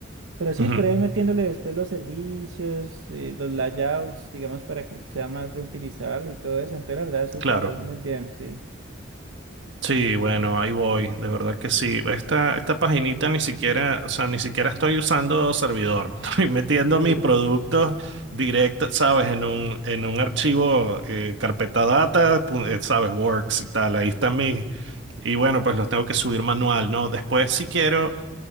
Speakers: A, on the right; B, on the right.
A: pero sí,
B: ujú,
A: por ahí metiéndole después los servicios, eh, los layouts, digamos, para que sea más reutilizable y todo eso, entonces la verdad es súper,
B: claro.
A: va muy bien, sí.
B: Sí, bueno, ahí voy, de verdad que sí. Esta, esta paginita ni siquiera, o sea, ni siquiera estoy usando servidor. <laughs> Estoy metiendo
A: Sí.
B: mis productos
A: <laughs>
B: directos, ¿sabes? En un, en un archivo, eh, carpeta data, pu- eh, ¿sabes? Works y tal. Ahí están mis, y bueno, pues los tengo que subir manual, ¿no? Después si quiero